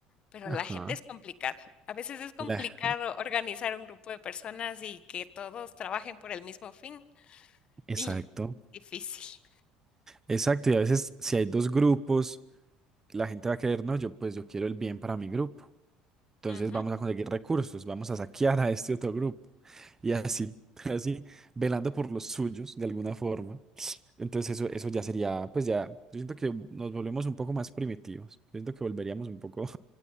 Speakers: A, on the left (about 45°); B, on the right (about 20°).
A: pero
B: ajá.
A: la gente es complicada. A veces es complicado
B: La-
A: organizar un grupo de personas y que todos trabajen por el mismo fin,
B: Exacto,
A: y difícil.
B: exacto. Y a veces si hay dos grupos, la gente va a querer, no, yo pues yo quiero el bien para mi grupo. Entonces
A: Ujú,
B: vamos a conseguir recursos, vamos a saquear a este otro grupo. Y así, <laughs> así, velando por los suyos de alguna forma. Entonces eso, eso ya sería, pues ya, yo siento que nos volvemos un poco más primitivos. Yo siento que volveríamos un poco <laughs>